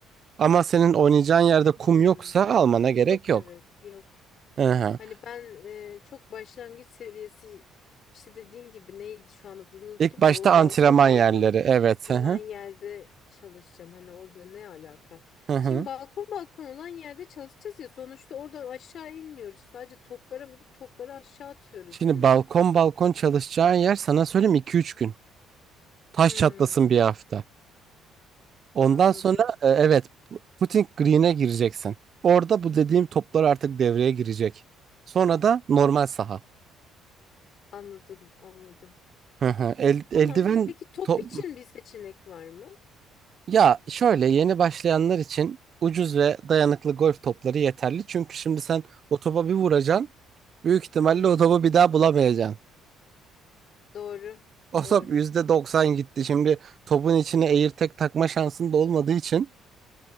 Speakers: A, on the right; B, on the left.
A: Ama senin oynayacağın yerde
B: Hmm.
A: kum yoksa almana gerek
B: Yok
A: yok.
B: evet yok.
A: Hı hı.
B: Hani ben e, çok başlangıç seviyesi işte dediğin gibi neydi şu an adını unuttum
A: İlk başta
B: da o
A: antrenman
B: balkon balkon
A: yerleri. Evet.
B: olan
A: Hı hı.
B: yerde çalışacağım. Hani orada ne alaka?
A: Hı hı.
B: Şimdi balkon balkon olan yerde çalışacağız ya sonuçta oradan aşağı inmiyoruz. Sadece toplara vurup topları aşağı atıyoruz
A: Şimdi
B: değil mi?
A: balkon balkon çalışacağın yer sana söyleyeyim iki üç gün. Taş
B: Hmm,
A: çatlasın bir hafta. Ondan
B: anladım.
A: sonra e, evet pu- putting green'e gireceksin. Orada bu dediğim toplar artık devreye girecek. Sonra da normal saha.
B: Anladım, anladım.
A: Hı hı. El, eldiven
B: Tamam. Peki top
A: top
B: için bir seçenek var mı?
A: ya şöyle yeni başlayanlar için ucuz ve dayanıklı golf topları yeterli. Çünkü şimdi sen o topa bir vuracaksın. Büyük ihtimalle
B: Hı hı.
A: o topu bir daha bulamayacaksın.
B: Doğru.
A: O
B: Doğru.
A: top %90 gitti. Şimdi topun içine tek takma şansın da olmadığı için